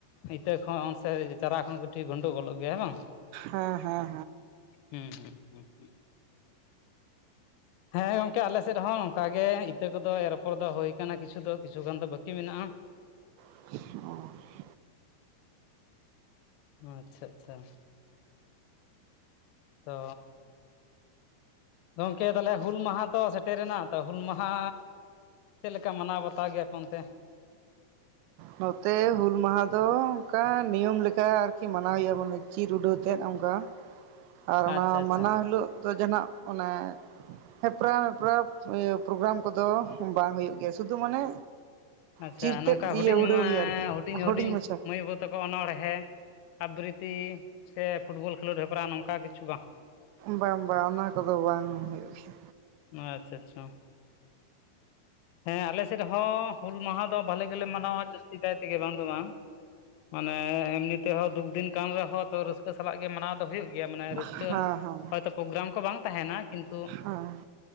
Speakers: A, on the left; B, on the right.
A: ᱤᱛᱟᱹ ᱠᱷᱚᱱ ᱥᱮ ᱪᱟᱨᱟ ᱠᱷᱚᱱ ᱠᱟᱹᱴᱤᱡ ᱜᱳᱱᱰᱳᱜᱳᱞᱚᱜ ᱜᱮᱭᱟ ᱦᱮᱸ ᱵᱟᱝ
B: ᱦᱮᱸ ᱦᱮᱸ
A: ᱦᱩᱸ ᱦᱩᱸ ᱦᱩᱸ ᱦᱩᱸ ᱦᱮᱸ ᱜᱚᱝᱠᱮ ᱟᱞᱮ ᱥᱮᱜ ᱨᱮᱦᱚᱸ ᱱᱚᱝᱠᱟ ᱜᱮ ᱤᱛᱟᱹ ᱠᱚ ᱫᱚ ᱮᱨ ᱟᱯᱷᱚᱨ ᱫᱚ ᱦᱳᱭ ᱠᱟᱱᱟ ᱠᱤᱪᱷᱩ ᱫᱚ ᱠᱤᱪᱷᱩ ᱜᱟᱱ ᱫᱚ ᱵᱟᱹᱠᱤ ᱢᱮᱱᱟᱜᱼᱟ
B: <unintelligible>
A: ᱟᱪᱪᱷᱟ ᱟᱪᱪᱷᱟ ᱛᱚ ᱜᱚᱝᱠᱮ ᱛᱟᱦᱚᱞᱮ ᱦᱩᱞ ᱢᱟᱦᱟ ᱛᱚ ᱥᱮᱴᱮᱨᱮᱱᱟ ᱛᱚ ᱦᱩᱞ ᱢᱟᱦᱟ ᱪᱮᱜ ᱞᱮᱠᱟ ᱢᱟᱱᱟᱣ ᱵᱟᱛᱟᱣ ᱜᱮᱭᱟᱯᱮ ᱚᱱᱛᱮ
B: ᱱᱚᱛᱮ ᱦᱩᱞ ᱢᱟᱦᱟ ᱫᱚ ᱚᱝᱠᱟ ᱱᱤᱭᱚᱢ ᱞᱮᱠᱟ ᱟᱨᱠᱤ ᱢᱟᱱᱟᱣ ᱦᱩᱭᱩᱜ ᱟ ᱵᱚᱞᱮ ᱪᱤᱨ ᱩᱰᱟᱹᱣᱛᱮᱫ ᱚᱱᱠᱟ ᱟᱨ ᱚᱱᱟ
A: ᱟᱪᱪᱷᱟ ᱟᱪᱪᱷᱟ
B: ᱢᱟᱱᱟᱣ ᱦᱤᱞᱳᱜ ᱫᱚ ᱡᱟᱦᱟᱸᱱᱟᱜ ᱚᱱᱮ <unintelligible> ᱯᱨᱳᱜᱜᱨᱟᱢ ᱠᱚᱫᱚ ᱵᱟᱝ ᱦᱩᱭᱩᱜ ᱜᱮᱭᱟ ᱥᱩᱫᱩ ᱢᱟᱱᱮ
A: ᱟᱪᱪᱷᱟ
B: ᱪᱤᱨᱛᱮᱫ
A: ᱱᱚᱝᱠᱟ
B: ᱤᱭᱟᱹ
A: ᱦᱩᱰᱤᱧ
B: ᱩᱰᱟᱹᱣ
A: ᱢᱟᱹᱻᱻ
B: ᱦᱩᱭᱩᱜᱼᱟ ᱟᱨᱠᱤ
A: ᱦᱩᱰᱤᱧ ᱦᱩᱰᱤᱧ
B: ᱢᱟᱪᱷᱟ
A: ᱢᱟᱹᱭ ᱵᱟᱹᱵᱩ ᱛᱟᱠᱚ ᱚᱱᱚᱬᱦᱮᱸ ᱟᱵᱵᱨᱤᱛᱤ ᱥᱮ ᱯᱷᱩᱴᱵᱚᱞ ᱠᱷᱮᱞᱳᱰ ᱦᱮᱯᱨᱟᱣ ᱱᱚᱝᱠᱟ ᱠᱤᱹᱪᱷᱩ ᱵᱟᱝ
B: ᱵᱟᱝ ᱵᱟᱝ ᱚᱱᱟ ᱠᱚᱫᱚ ᱵᱟᱝ ᱦᱩᱭᱩᱜᱹ ᱜᱮᱼᱭᱟ
A: ᱟᱪᱪᱷᱟ ᱟᱪᱪᱷᱟ ᱦᱮᱸ ᱟᱞᱮ ᱥᱮᱫ ᱦᱚᱸ ᱦᱩᱞ ᱡᱟᱦᱟᱸ ᱫᱚ ᱵᱷᱟᱞᱮ ᱜᱮᱹᱞᱮ ᱢᱟᱱᱟᱣᱟ ᱡᱟᱹᱥᱛᱤ ᱠᱟᱭ ᱛᱮᱜᱮ ᱵᱟᱝ ᱫᱚ ᱵᱟᱝ ᱢᱟᱹᱱᱮ ᱮᱢᱱᱤ ᱛᱮᱦᱚᱸ ᱫᱩᱠ ᱫᱤᱱ ᱠᱟᱱᱟᱱ ᱨᱮᱦᱚᱸ ᱛᱚ ᱨᱟᱹᱥᱠᱟᱹ ᱥᱟᱞᱟᱜ ᱜᱮ ᱢᱟᱱᱟᱼᱣ ᱦᱩᱭᱩᱜᱹ ᱜᱮᱼᱭᱟ ᱢᱟᱹᱱᱮ ᱨᱟᱹᱥᱠᱟᱹ
B: ᱜᱮᱭᱟ ᱦᱮᱸ
A: ᱦᱚᱭᱛᱳ ᱯᱨᱳᱜᱨᱼᱟᱢ ᱠᱚ ᱵᱟᱝ ᱛᱟᱦᱮᱱᱟ ᱠᱤᱱᱛᱩ
B: ᱦᱮᱸ